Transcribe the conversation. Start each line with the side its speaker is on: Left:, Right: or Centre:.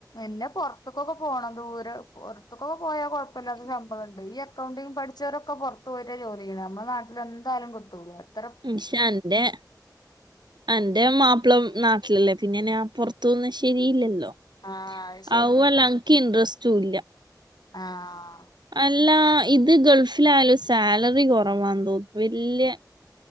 Left: എന്നെ പുൊറത്തക്കൊക്കെ പോണം ദൂരെറത്ത് ഒക്കൊക്കെ പോയാ കുഴപ്പമില്ലാത്ത സംഭവംുണ്ട് ഈ അക്കൗണ്ടി പഠിച്ചവരൊക്കെറത്തത്ത് പോയിട്ട ജോലി ചെയ്യ നമ്മ നാട്ടെ എന്താലും കൊടുത്ത പോ
Right: പക്ഷ എന്റെറെ എ്ന്റെ മാപ്പിളം നാട്ടിലല്ലേ പിന്നെ ഞാൻ പുറത്തുന്ന ശരിയില്ലല്ലോ
Left: ആഹ് അത് ശരിയാ
Right: അതു ആല്ലനിക്ക് ഇൻട്രസ്റ്റും ഇല്ല
Left: ആ
Right: അല്ല ഇത് ഗൾഫിലായാലും സാലറി കുറവാ തോന്നും വല്യ